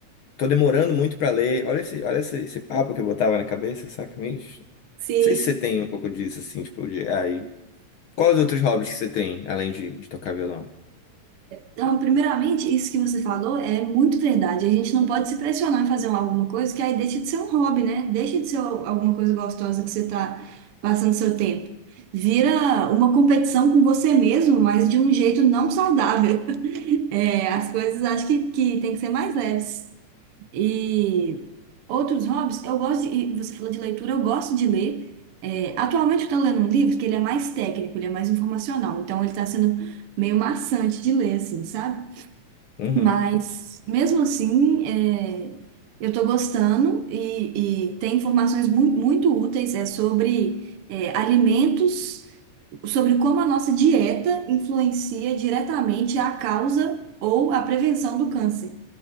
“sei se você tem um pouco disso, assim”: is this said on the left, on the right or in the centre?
Left